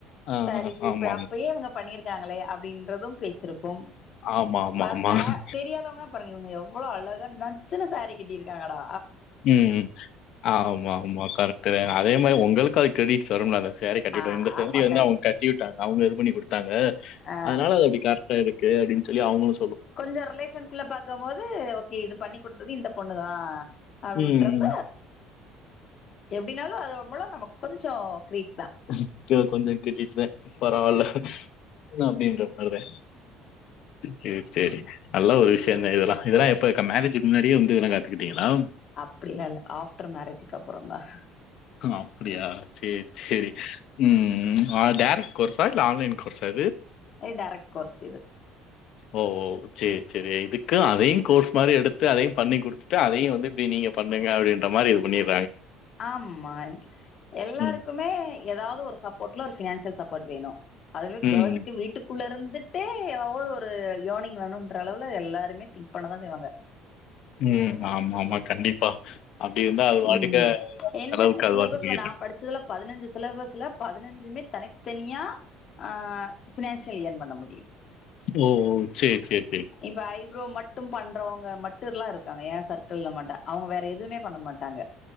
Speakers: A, on the left; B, on the left.
A: அ,
B: சாரி
A: அ.
B: ஃப்லிட்
A: ஆமாமா.
B: அப்பேங்க இவங்க பண்ணி நங்களே அப்படின்றதும் பேச்சிருக்கும்கோம்
A: ஆமா, ஆமா,
B: பஷா
A: ஆமா. ஆமா ஆமா.
B: தெரியாதவங்கன்னா ப இவங்க எவ்வளவு அழகா நச்சுனு சாரி கட்டிருக்காங்கடா
A: உம் ஆமா ஆமா கர அதே மாதிரி உங்களுக்கு அது கிரெடிட் வரும்லாத ச சாரி கட்டி
B: ஆ,
A: ச
B: ஆமா
A: வந்து
B: கண்டி
A: அவங்க கட்டி விட்டாங்க அவங்க இது பண்ணி கொடுத்தாங்க
B: ஆ,
A: அதனால அது அப்படி கர்டா இருக்கு அப்படின்னு யான் அவங்கள
B: கொஞ்சம் ரிலேஷன்க்குள்ள பார்கும்போது ஓகே இது பண்ணி கொடுத்தது இந்த பொண்ண ணு தான் அப்படின்றப்ப
A: ம். ம்.
B: எப்படினாலும் அதோன் மூலம் நம்ம கொஞ்சம் கிரீட் த
A: ஒகே கொஞ்சம் கிரெடிட் தான் பரவால அப்படின்ற மாறேன் செரி செரி நல்ல ஒரு விஷயம்தான் இதெல்லாம் இதெல்லாம் எப்பா மேரேஜ் முன்னாடியே வந்து இதல்லாம் காத்துக்கிட்டீங்களா
B: அப்படிலாம் இல்ல ஆஃப்டர் மேரேஜ்க்கு அப்புறம் தான்
A: அப்படியா செரி செரி உம் உம் டேரட் கோர்ஸ்சா இல்ல ஆன்லைன் கோர்ஸ்சா
B: இது டைரக்ட் கோர்ஸ்சு இது
A: ஓஓ சரி சரி இதுக்கு அதையும் கோர்ஸ் மாதிரி எடுத்து அதையும் பண்ணி குடுத்துட்டு அதையும் வந்து இப்படி நீங்க பண்ணுங்க அப்படின்ற மாதிரி இது பண்ணிரு
B: ஆமா எல்லாருக்குமே
A: ம்.
B: ஏதாவது ஒரு சப்போர்ட்ல ஒரு பினான்சியல் சப்போட் வேணும் அதுவே
A: ம்.
B: கேள்ஸ்க்கு வீட்டுக்குள்ளே இருந்து வந்துட்டே ஏதாவ ஒரு இயனிங் வேணும்என்ற அளவுல எல்லாருமே திங்க் பண்ணதான் செய்வாங்க
A: உம் ஆமா ஆமா கண்டிப்பா அப்டி இருந்தா அது வாட்டுக்க
B: உம்
A: அது
B: என்ன
A: செலவுக்கு அது
B: சிலபஸ்ல
A: பாட்டுக்கு போயிட்டுருக்கும்.
B: நான் படிச்சதுல பதினஞ்சு சிலபஸ்ல பதினஞ்சுமே தனித்தனியா ஆஹ் பினான்சியல் ஏன்பண்ண முடியும்
A: ஓஓ செரி செரி
B: இப்ப ஐப்ரோ மட்டும் பண்றவங்க மட்டும் எல்லாம் இருக்கு அவங்க ஏன் சர்க்கிள்ல்ல மாட்டுன் அவங்க வேற எதுவுமே பண்ண மாட்டாங்க